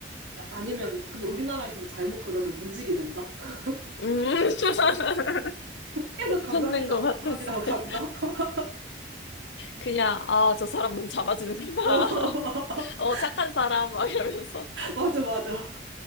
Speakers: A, on the right (about 85°); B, on the left (about 70°).
A: 아니면 근데
B: 아.
A: 우리나라에서는 잘못 그러면 문지기 된다. <laughs>
B: 음. <laughs>
A: 계속 감사합니다,
B: 찾는 것 같아,
A: 감사합니다
B: 진짜.
A: 하고 간다. <laughs>
B: 그냥, 아, 저 사람 문 잡아주는구나.
A: 어, <laughs>
B: 어, 착한 사람, 막 이러면서.
A: 맞아, 맞아,